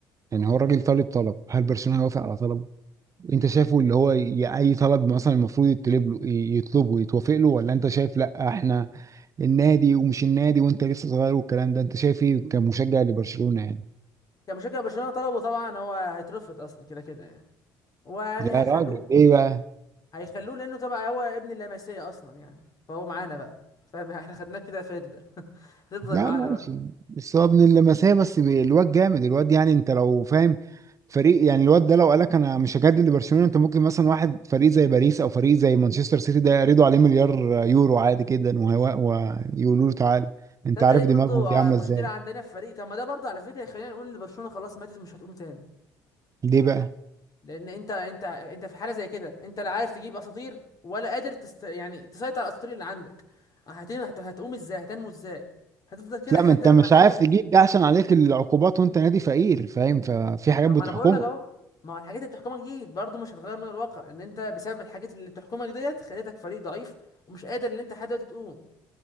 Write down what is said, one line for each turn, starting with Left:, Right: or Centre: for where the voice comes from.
Right: يعني هو الراجل طالب طلب هل برشلونه هيوافق على طلبه؟ انت شايفه اللي هو ي- اي طلب مثلا المفروض يطلب له يطلبه يتوافق له ولا انت شايف لا احنا النادي ومش النادي وانت لسه صغير والكلام ده انت شايف ايه كمشجع لبرشلونه يعني؟
Left: كمشجع برشلونه طلبه طبعا هو هيترفض اصلا كده كده يعني ويعني
Right: يا
Left: هيخلوه
Right: راجل ليه بقى؟
Left: هيخلوه لانه طبعا هو ابن اللمسيه اصلا يعني فهو معانا بقى فاهم احنا خدناه كده فرده <laughs> هتفضل
Right: لا
Left: معانا
Right: ماشي
Left: بقى
Right: بس هو ابن اللمسيه بس بي- الواد جامد الواد يعني انت لو فاهم فريق يعني الواد ده لو قالك انا مش هجدد لبرشلونه انت ممكن مثلا واحد فريق زي باريس او فريق زي مانشستر سيتي ده يرضوا عليه مليار يورو عادي جدا وهو ويقولوا له تعالى انت
Left: ده
Right: عارف
Left: دي برضه
Right: دماغهم دي عامله
Left: مشكله
Right: ازاي
Left: عندنا في الفريق طب ما ده برضه على فكره خلينا نقول ان برشلونه خلاص ماتت مش هتقوم تاني
Right: ليه بقى
Left: لان انت انت انت في حاله زي كده انت لا عارف تجيب اساطير ولا قادر تست... يعني تسيطر على الاساطير اللي عندك هتن... هت... هتقوم ازاي هتنمو ازاي هتفضل كده
Right: لا
Left: لحد
Right: ما انت
Left: ما
Right: مش
Left: حياتك
Right: عارف
Left: تت-
Right: تجيب ده عشان عليك العقوبات وانت نادي فقير فاهم ففي حاجات
Left: طب
Right: بتحكمك
Left: ما انا بقول لك اهو ما هو الحاجات اللي بتحكمك دي برضه مش هتغير من الواقع ان انت بسبب الحاجات اللي بتحكمك ديت خليتك فريق ضعيف ومش قادر ان انت لحد دلوقتي تقوم